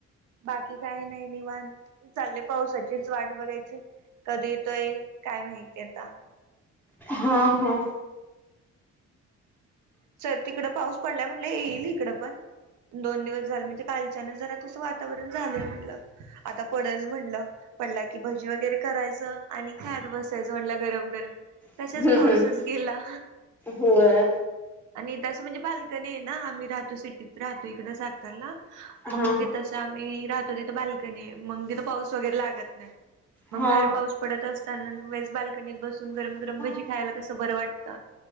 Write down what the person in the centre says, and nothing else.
हा हा
हम्म
हम्म
होय
हा
हा
हा